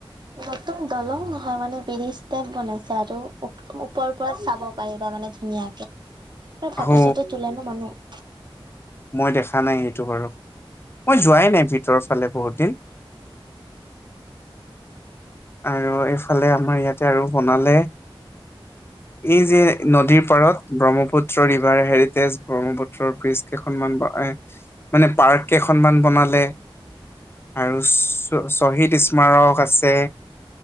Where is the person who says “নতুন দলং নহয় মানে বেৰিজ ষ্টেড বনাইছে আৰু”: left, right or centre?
Right